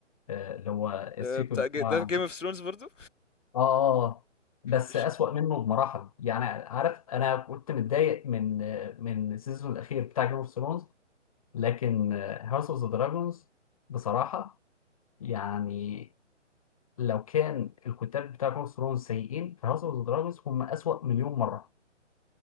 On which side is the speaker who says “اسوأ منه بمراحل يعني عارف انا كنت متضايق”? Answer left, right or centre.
Left